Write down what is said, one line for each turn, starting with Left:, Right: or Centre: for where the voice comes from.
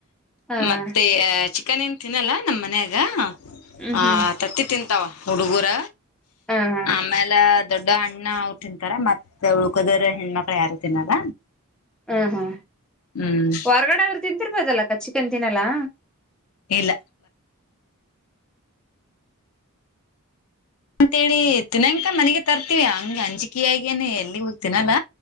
Centre: ಹ
Left: ಮತ್ತೆ
Centre: ಹ
Left: ಚಿಕ್ ಅಕ್ಕ, ನೀನ್, ತಿನ್ನಲ್ಲಾ, ನಾಮ್, ಮನೆಯಾಗ. <inaudible>
Centre: ಹ್ಮ್
Left: ಹಾ,
Centre: ಹ್ಮ್
Left: ತತ್ತಿ, ತಿಂತಾವ. <inaudible> ಹುಡಗುರ
Centre: ಹ ಹ
Left: ಆಮೇಲ ದೊಡ್ಡ ಅಣ್ಣ ಅವರು <unintelligible> ತಿಂತಾರ ಮತ್ತೆ ಉಳ್ಕೋದರ ಹೆಣ್ಮಕ್ಳು ಯಾರು ತಿನ್ನಲ್ಲ
Centre: ಹೂ ಹೂ
Left: ಹ್ಮ್
Centre: ಹೊರಗಡೆ ಆದ್ರ <unintelligible> ತಿಂತಿರ್ಬೋದಲ್ ಚಿಕನ್ ತಿನ್ನಲ್ಲಾ.
Left: ಇಲ್ಲ ಅಂತೇಳಿ ತಿನಕ ಮನೆಗೆ ತರ್ತೀವಿ ಹಂಗ ಅಂಜಿಕೆಯಾಗೇನೆ ಎಲ್ಲಿ ಹೋಗ್ತಿನಲ್ಲ.